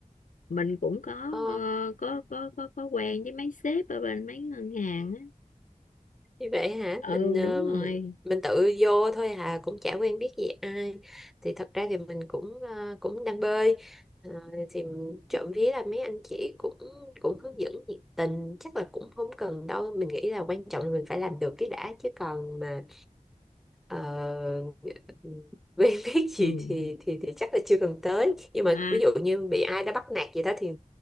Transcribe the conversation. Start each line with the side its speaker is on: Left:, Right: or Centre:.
Left: mình cũng có
Centre: Ờ.
Left: ờ, có có có có quen với mấy sếp ở bên mấy ngân hàng á
Centre: như vậy hả
Left: ừ
Centre: mình ờ,
Left: đúng rồi
Centre: mình tự vô thôi hà cũng chả quen biết gì ai thì thật ra thì mình cũng ờ, cũng đang bơi Ờ, thì trộm vía là mấy anh chị cũng cũng hướng dẫn nhiệt tình chắc là cũng không cần đâu mình nghĩ là quan trọng là mình phải làm được cái đã chứ còn mà uh, <laughs> quen biết gì
Left: ừ.
Centre: thì thì thì chắc là chưa cần tới nhưng mà
Left: À,
Centre: ví dụ như bị ai đã bắt nạt gì đó thì